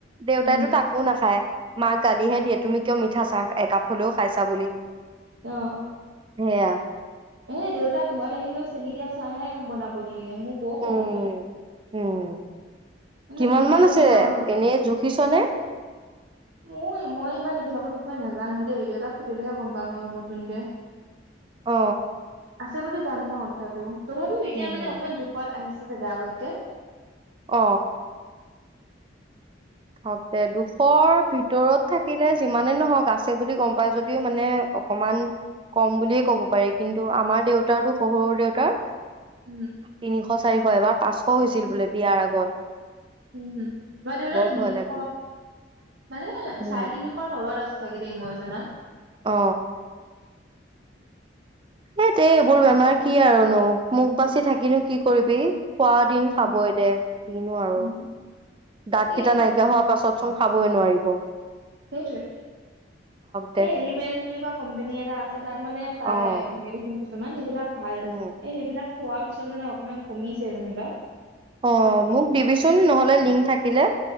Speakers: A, on the right; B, on the right.
A: দেউতাইতো
B: উম
A: তাকো নাখায় মাক গালিহে দিয়ে তুমি কিয় মিঠা চাহ একাপ হলেও খাইছা বুলি
B: অহ
A: সেয়া
B: এ দেউতা ঘৰত আহিলেও চেনি দিয়া চাহে বনাব দিয়ে মোৰ বৰ খং
A: উম
B: উঠে
A: উম
B: মানে
A: কিমান
B: মিঠাই
A: মান আছে
B: বনোৱাৰা হৈ গ'ল
A: এনেই জুখিছনে
B: মোৰ মই ইমান এইবিলাক বিষয়ে নেজানো দেই দেউতাক সুধিলেহে গম পাম মই নতুনকে
A: অ
B: আছে বুলি জানো তথাপিও তথাপিও এতিয়া
A: উম,
B: মানে অকমান জোখত আহিছে থাকে আগতকে
A: অ হওক দে দুশৰ ভিতৰত থাকিলে যিমানে নহওক আছে বুলি গম পায় যদিও মানে অকমান কম বুলিয়ে কব পাৰি কিন্তু আমাৰ দেউতাৰটো শহুৰ দেউতাৰ তিনিশ
B: উম
A: চাৰিশ এবাৰ পাঁচশ হৈছিল বোলে বিয়াৰ আগত
B: উম তোমাৰ দেউতাৰ
A: বৰ
B: তিনিশ
A: ভয় লাগে।
B: মানে
A: উম,
B: চাৰে তিনিশৰ তলত আছে চাগে দেই মই জানা
A: অ এ তে এইবোৰ বেমাৰ কি আৰু নো মোক বাচি থাকিনো কি কৰিবি খোৱা দিন
B: উম,
A: খাবই দে কিনো আৰু
B: উম।
A: দাঁত
B: এই
A: কেইটা নাইকিয়া হোৱাৰ পাছত চোন খাবই নোৱাৰি হব
B: সেইটোয়ে
A: দে
B: এই এলিমেন্ট বুলি কোৱা কোম্পনী এটা আছে তাত মানে পায়
A: অ',
B: মেডিচিন কিছুমান এইবিলাক ভাল
A: উম,
B: এ সেইবিলাক খোৱা পিছত মানে অকমান কমিছে যেনিবা।
A: অ মোক দিবিচোন নহ'লে লিংক থাকিলে।